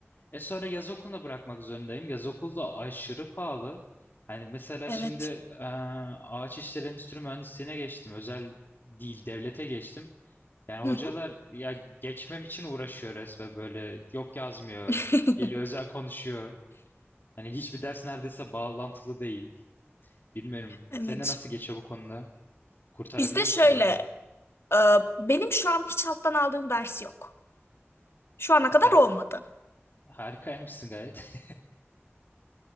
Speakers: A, on the left (about 50°); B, on the left (about 65°).
A: E sonra yaz okuluna bırakmak zorundayım. Yaz okulu da aşırı pahalı. Hani mesela
B: Evet.
A: şimdi e, ağaç işleri endüstri mühendisliğine geçtim. Özel değil devlete geçtim. Yani
B: Hı
A: hocalar
B: hı.
A: ya geçmem için uğraşıyor resmen böyle. Yok yazmıyor.
B: <laughs>
A: Geliyor özel konuşuyor. Hani hiçbir ders neredeyse bağlantılı değil. Bilmiyorum.
B: Evet.
A: Senin nasıl geçiyor bu konuda? Kurtarabiliyor
B: Bizde şöyle,
A: musun bari?
B: e, benim şu an hiç alttan aldığım ders yok. Şu ana kadar
A: Sen
B: olmadı.
A: harikaymışsın gayet.